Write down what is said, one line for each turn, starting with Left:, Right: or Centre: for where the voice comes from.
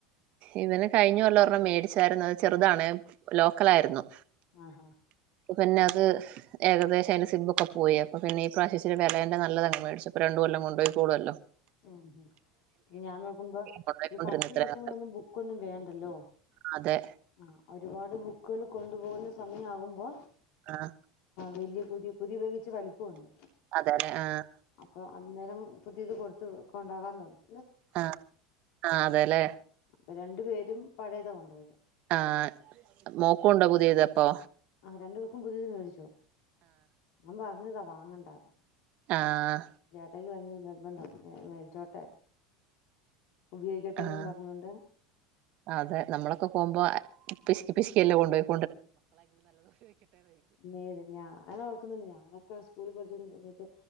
Right: ഇവന് കഴിഞ്ഞല്ലോം രെണ്ണം മേടിച്ചായിരുന്നു അത് ചെറുതാണ് ലോക്കലായിരുന്നു
Left: ആഹ ഹ
Right: പിന്നെ അത് ഏകദേശം അയിന്റെ സിബൊക്കെ പോയി അപ്പ പിന്നെ ഈ പ്രവശ്യച്ചിരി വെലേന്റെ നല്ലത അങ് മേടിച്ചുപ്പൊ രണ്ടും കൊല്ലം കൊണ്ടുപോയി കൊളുല്ലോ
Left: ഉം ഞാൻ നോക്കുമ്പോ
Right: കൊണ്ടുപോയിക്കൊണ്ടിരുന്നു
Left: ഈ ഫസ്റ്റ്
Right: ഇത്രയും
Left: ദിവസം <unintelligible>
Right: കാലം
Left: ബുക്കൊന്നും വേണ്ടല്ലൊ
Right: അതെ
Left: ആ ഒരുപാട് ബുക്ക്ല് കൊണ്ടു പോകുന്ന സമയമാകുമ്പോ
Right: ആഹ
Left: വലിയ പുതിയ പുതിയ ബാഗിച്ചിരി വലിപ്പ ഉണ്ട്
Right: അതെ അതെ ആഹ
Left: അപ്പൊ അന്നേരം പുതിയത് കൊടു ത്തു കൊണ്ടപകാൻ പോന്നു
Right: ആഹ ആ അതെല്ലേ
Left: ഇപ്പ രണ്ടു പേരും പഴയതാ കൊണ്ടോയത്
Right: ആഹ മോക്കുണ്ടോ പുതിയത് അപ്പൊ
Left: ആ രണ്ടു ബുക്കും പുതിയത് മേടിച്ചു ഞാൻ പറഞ്ഞതാ വാങ്ങണ്ടാ
Right: ആഹ്
Left: എനിക്ക് ഭയങ്കര നിർബന്ധം ഏ മേടിച്ചോട്ടെ ഉപയോഗിക്കട്ടെന്നും
Right: ആഹ
Left: പറഞ്ഞോണ്ട്
Right: അതെ നമ്മളൊക്കെ പോകുമ്പോ പിശ്കി പിശ്ക്കില്ലാം കൊണ്ടോയോ
Left: നേര് ഞാൻ ഓർക്കുന്നുണ്ട് ഞാന് ഞാ സ്കൂളി പഠിച്ചോണ്ടിരുന്ന സമയത്ത്